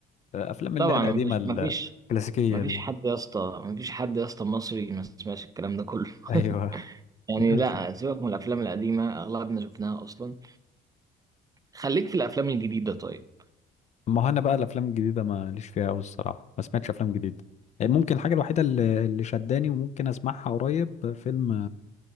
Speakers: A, on the left; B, on the right.
A: آه، افلام
B: طبعا
A: اللي هي القديمه
B: مفيش مفيش
A: الكلاسيكيه
B: مفيش
A: دي
B: حد يا اسطى مفيش حد يا اسطى مصري ما سمعش الكلام ده كله
A: ايوه
B: <laughs> يعني
A: <laughs>
B: لا
A: بس.
B: سيبك من الأفلام القديمة أغلبنا شفناها أصلا خليك في الأفلام الجديدة طيب
A: ما هو انا بقى الافلام الجديده ما ليش فيها قوي الصراحه ما سمعتش افلام جديده ممكن الحاجه الوحيده اللي اللي شداني وممكن اسمعها قريب فيلم